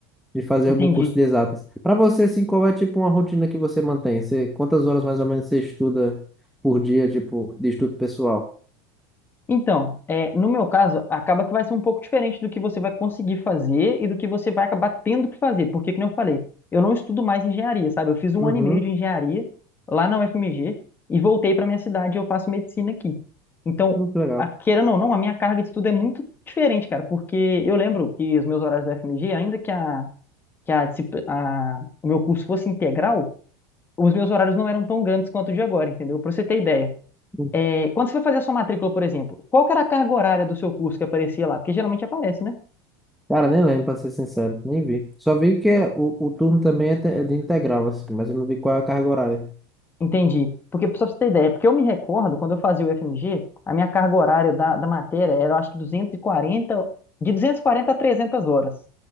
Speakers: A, in the centre; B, on the left (about 20°).
A: de fazer
B: Entendi.
A: algum curso de exatas. Para você, assim, qual é, tipo, uma rotina que você mantém? Você, quantas horas, mais ou menos, você estuda por dia, tipo, de estudo pessoal?
B: Então, é, no meu caso, acaba que vai ser um pouco diferente do que você vai conseguir fazer e do que você vai acabar tendo que fazer. Porque, que nem eu falei, eu não estudo mais engenharia, sabe? Eu fiz um
A: Uhum,
B: ano e meio de engenharia lá na UFMG e voltei para minha cidade e eu faço medicina aqui. Então,
A: muito legal.
B: a- querendo ou não, a minha carga de estudo é muito diferente, cara. Porque eu lembro que os meus horários da UFMG, ainda que, a, que a, discipli- a- o meu curso fosse integral, os meus horários não eram tão grandes quanto o de agora, entendeu? Para você ter ideia.
A: Hum.
B: É, quando você foi fazer a sua matrícula, por exemplo, qual que era a carga horária do seu curso que aparecia lá? Porque geralmente aparece, né?
A: Cara, nem lembro, para ser sincero, nem vi. Só vi que é- o, o turno também é te- é de integral, assim, mas eu não vi qual é a carga horária.
B: Entendi. Porque, só pra você ter ideia, porque eu me recordo, quando eu fazia o FMG, a minha carga horária da, da matéria era, eu acho que 240 de 240 a 300 horas.